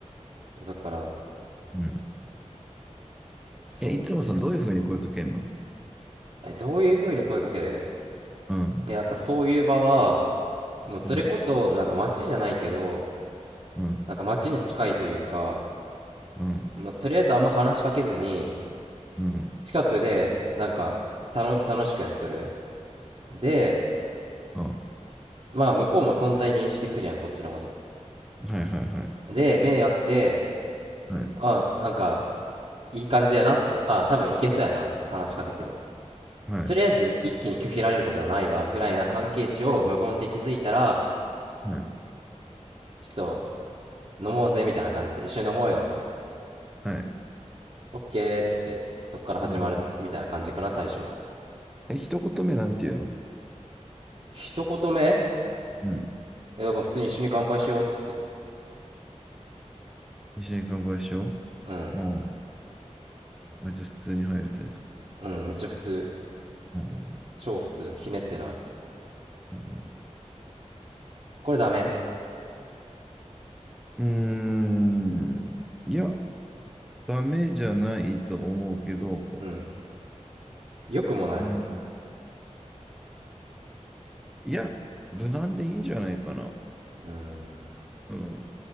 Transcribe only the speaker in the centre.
うん。
え、いつもそのどういうふうに声かけんの
うん、
うん、うん、
うん、
うん。
あ、は
いはいはい。
はい、
はい、
はい、
はい。
うん、
え、一言目なんていうの
うん。
一緒に乾杯しよ
う。ああ、割と普通に入るタイプか。
うん。
うん
うーんいや、ダメじゃないと思うけど、
うん。いや、無難でいいんじゃないかな。
うん。